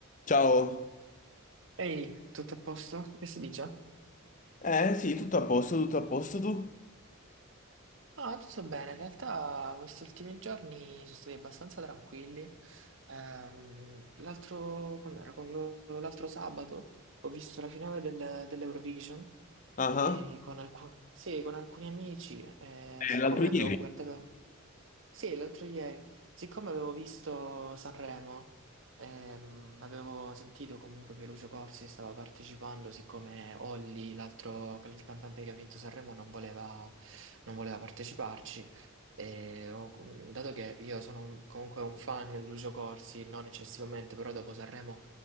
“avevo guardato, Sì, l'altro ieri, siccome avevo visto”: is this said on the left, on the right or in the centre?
Right